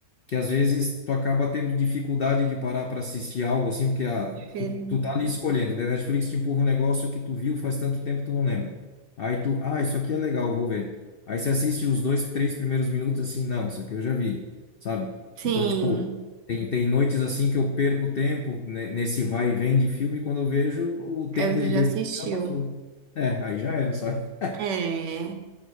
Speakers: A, on the left (about 80°); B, on the right (about 65°).
A: que às vezes tu acaba tendo dificuldade de parar para assistir algo assim, porque ah,
B: diferente.
A: tu, tu tá ali escolhendo, né? Netflix te empurra um negócio que tu viu faz tanto tempo que tu não lembra. Aí tu, ah, isso aqui é legal, vou ver. Aí você assiste os dois, três primeiros minutos assim, não, isso aqui eu já vi, sabe?
B: Sim,
A: Então, tipo, tem, tem noites assim que eu perco tempo né, nesse vai e vem de filme, quando eu vejo, o tempo
B: é, você
A: de
B: já
A: ver
B: assistiu.
A: filme já passou. É, aí já era, sabe?
B: É.